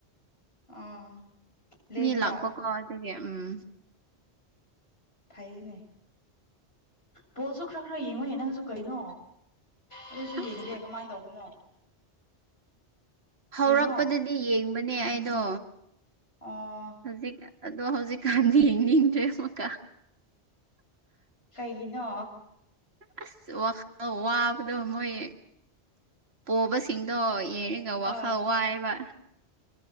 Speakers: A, on the left (about 65°); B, on the right (about 65°).
A: ꯑꯣ ꯂꯦꯡꯕ
B: ꯃꯤ ꯂꯥꯛꯄꯀꯣ ꯑꯗꯨꯒꯤ ꯎꯝ
A: ꯐꯩꯌꯦꯅꯦ ꯄꯣꯠꯁꯨ ꯈꯔ ꯈꯔ ꯌꯦꯡꯉꯨꯅꯦ ꯅꯪꯁꯨ ꯀꯩꯅꯣ ꯑꯗꯨꯁꯨ ꯌꯦꯡꯗꯦ
B: ꯑꯁ
A: ꯀꯃꯥꯏ ꯇꯧꯕꯅꯣ
B: ꯍꯧꯔꯛꯄꯗꯗꯤ
A: ꯌꯦꯡꯉꯣ
B: ꯌꯦꯡꯕꯅꯦ ꯑꯩꯗꯣ
A: ꯑꯥ
B: ꯍꯧꯖꯤꯛ ꯑꯗꯣ ꯍꯧꯖꯤꯛꯀꯥꯟꯗꯤ ꯌꯦꯡꯅꯤꯡꯗ꯭ꯔꯦ ꯑꯃꯨꯛꯀꯥ
A: ꯀꯩꯒꯤꯅꯣ
B: ꯑꯁ ꯋꯥ ꯋꯥꯕꯗꯣ ꯃꯣꯏ ꯄꯣꯕꯁꯤꯡꯗꯣ ꯌꯦꯡꯉ ꯀꯥꯎꯋ
A: ꯍꯣꯏ
B: ꯀꯥꯏꯕ